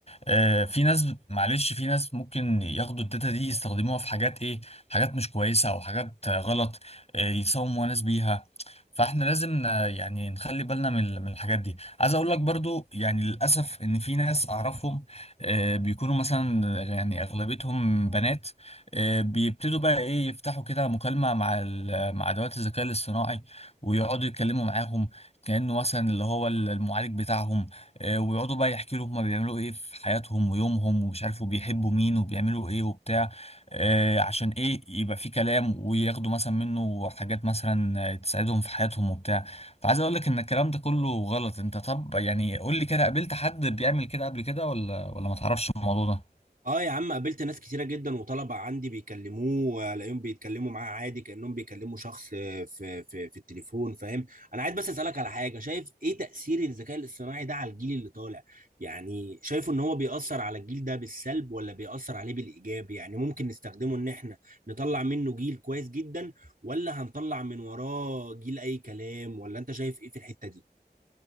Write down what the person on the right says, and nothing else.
اه يا عم قابلت ناس كتيرة جدا وطلبة عندي بيكلموه الاقيهم بيتكلموا معاه عادي كأنهم بيكلموا شخص في في في التليفون فاهم انا عايز بس اسألك على حاجة شايف ايه تأثير الذكاء الاصطناعي ده على الجيل اللي طالع يعني شايفه ان هو بيأثر على الجيل ده بالسلب ولا بيأثر عليه بالإيجاب يعني ممكن نستخدمه ان احنا نطلع منه جيل كويس جدا ولا هنطلع من وراه جيل اي كلام ولا انت شايف ايه في الحتة دي